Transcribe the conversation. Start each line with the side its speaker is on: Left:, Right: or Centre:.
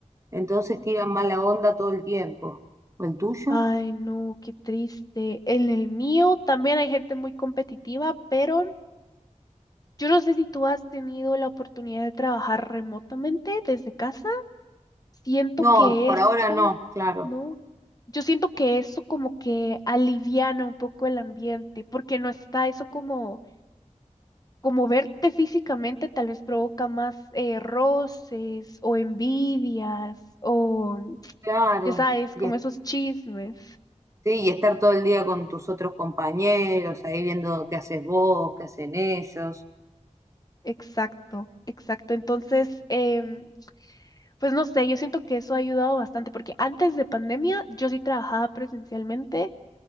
Right: entonces tiran mala onda todo el tiempo. ¿El tuyo?
Left: Ay, no, qué triste. En el mío también hay gente muy competitiva, pero yo no sé si tú has tenido la oportunidad de trabajar remotamente desde casa. Siento
Right: No,
Left: que
Right: por
Left: eso,
Right: ahora no, claro,
Left: ¿no? Yo siento que eso como que aliviana un poco el ambiente, porque no está eso como, como verte físicamente tal vez provoca más eh, roces o envidias o,
Right: claro.
Left: ya sabes,
Right: Y,
Left: como
Right: es-
Left: esos chismes.
Right: sí, y estar todo el día con tus otros compañeros, ahí viendo qué haces vos, qué hacen ellos.
Left: Exacto, exacto. Entonces, em, pues no sé, yo siento que eso ha ayudado bastante porque antes de pandemia yo sí trabajaba presencialmente